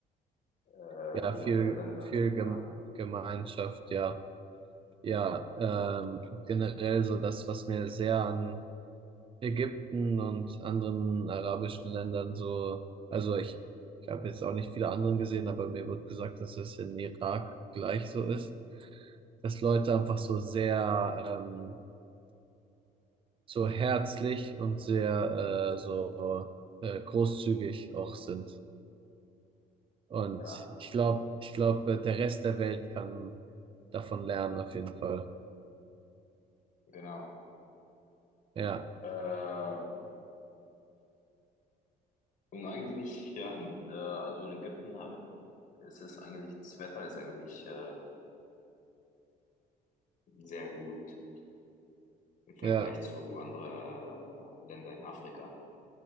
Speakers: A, on the left (about 45°); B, on the right (about 30°).
A: äh,
B: ja,
A: wie
B: viel,
A: andere Länder,
B: viel
A: ja.
B: Gem Gemeinschaft, ja. Ja, ähm, generell so das, was mir sehr an Ägypten und anderen arabischen Ländern so, also ich, ich habe jetzt auch nicht viele anderen gesehen, aber mir wird gesagt, dass es in Irak gleich so ist, dass Leute einfach so sehr ähm, so herzlich und sehr äh, so äh, großzügig auch sind. Und
A: Ja,
B: ich glaube, ich glaube, der Rest der Welt kann davon lernen, auf jeden Fall.
A: genau.
B: Ja,
A: Äh, und eigentlich, ja, äh, also in Ägypten ha- ist es eigentlich, das Wetter ist eigentlich äh, sehr gut im Vergleich
B: ja,
A: zu anderen äh, Ländern in Afrika.